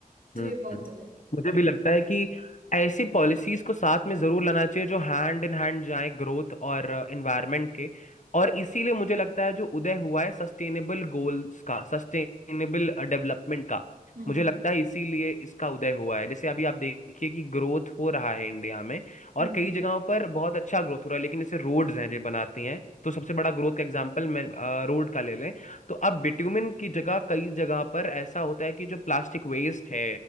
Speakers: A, on the right (about 70°); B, on the left (about 55°).
A: तो
B: हम्म।
A: ये बात
B: हम्म
A: तो है
B: मुझे भी लगता है कि ऐसी पॉलिसीज को साथ में जरूर लाना चाहिए जो हैंड इन हैंड जाए ग्रोथ और एनवायरनमेंट के और इसीलिए मुझे लगता है जो उदय हुआ है सस्टेनेबल गोल्स का सस्टेनेबल डेवलपमेंट का
A: हम्म
B: मुझे लगता है इसीलिए इसका उदय हुआ है जैसे अभी आप देखिए कि ग्रोथ हो रहा है इंडिया में और
A: हम्म,
B: कई जगहों पर बहुत अच्छा ग्रोथ हो रहा है लेकिन जैसे रोड्स हैं जो बनाती हैं तो सबसे बड़ा ग्रोथ का एग्जांपल मैं रोड का ले लें तो अब बिट्यूमिन की जगह कई जगह पर ऐसा होता है कि जो प्लास्टिक वेस्ट है